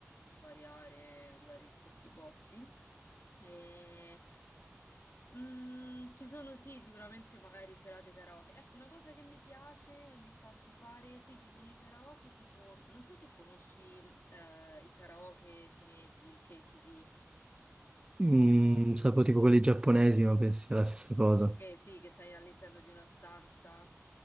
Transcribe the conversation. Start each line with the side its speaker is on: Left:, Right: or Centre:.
Left: variare, andare in questi posti. E, mm, ci sono sì, sicuramente magari serate karaoke. Ecco, una cosa che mi piace ogni tanto fare, sì, ci sono i karaoke tipo, non so se conosci eh, i karaoke cinesi, il KTV.
Right: Mm, sapevo tipo quelli giapponesi, ma penso sia la stessa cosa.
Left: Che sì, che sei all'interno di una stanza